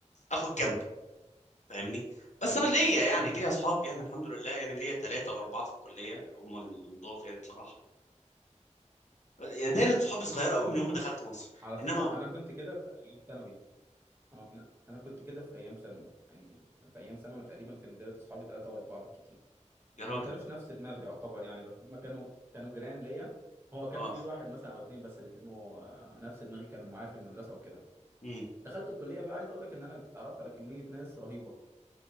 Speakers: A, on the left; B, on the right.
A: اخد جنب فاهمني بس
B: امم
A: انا ليا
B: أمم.
A: يعني
B: امم.
A: ليا اصحاب يعني الحمد لله يعني ليا ثلاثة واربعة في الكلية هم المضاف يعني بصراحة يعني دايره صحابي صغيره قوي
B: حلو
A: من يوم ما دخلت مصر
B: على فكره
A: انما
B: انا كنت كده في ايام ثانوي اه، انا انا كنت كده في ايام ثانوي يعني في ايام ثانوي تقريبا كان دايره اصحابي ثلاثه واربعه بالكتير
A: يا
B: وما
A: راجل
B: كانوش نفس دماغي يعتبر يعني بس هم كانوا كانوا جيران ليا هو كان
A: اه
B: في واحد مثلا او اتنين بس اللي كانوا آه، نفس دماغي كانوا معايا في المدرسه وكده
A: امم
B: دخلت الكليه بقى عايز اقول لك ان انا اتعرفت على كميه ناس رهيبه